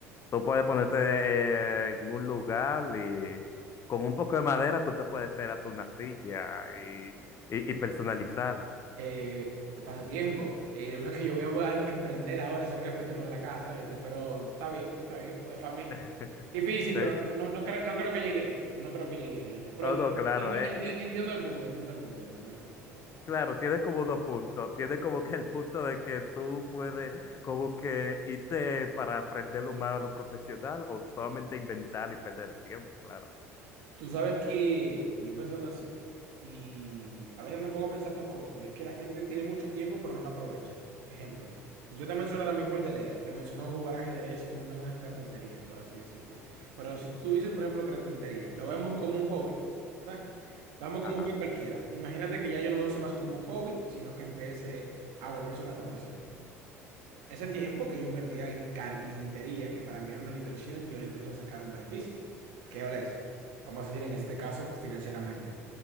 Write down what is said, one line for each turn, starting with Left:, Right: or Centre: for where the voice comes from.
Left: Tú puedes ponerte eh, en un lugar y con un poco de madera tú te puedes hacer hasta una silla y, y y personalizarla.
Right: eh, pasatiempo. Eh, <laughs> uno que yo voy a voy a emprender ahora, ser carpintero de la casa, ¿viste? Pero está bien, está bien. pues, fami-
Left: <laughs>
Right: Difícil,
Left: Eh,
Right: pero no, no, no, cre- no creo que llegue. Pero no creo que llegue. no llegué. Pero
Left: No,
Right: entiendo,
Left: no, claro, eh,
Right: entiendo,
Left: eh,
Right: entiendo el punto, entiendo el punto, entiendo el punto, entiendo el punto.
Left: claro, tiene como dos puntos. Tiene como que el punto de que tú puedes como que irte para aprender lo más a lo profesional o solamente inventar y perder el tiempo, claro.
Right: Tú sabes que yo pensando así, y a veces me pongo a pensar dos cosas, y es que la gente tiene mucho tiempo pero no lo aprovecha. Ejemplo, yo te menciono ahora mismo el de leer, te menciono jugar ajedrez y tú me mencionas carpintería, por así decirlo. Pero si tú dices, por ejemplo, carpintería, lo vemos como un hobby, ¿verdad? Lo vemos como
Left: Ajá.
Right: un hobby cualquiera. Imagínate que ya yo no lo use más como un hobby, sino que empiece a volverse una profesión. Ese tiempo que yo invertía en carpintería, que para mí era una diversión, yo le empiezo a sacar un beneficio. ¿Qué ole es? Vamos a decir en este caso financieramente.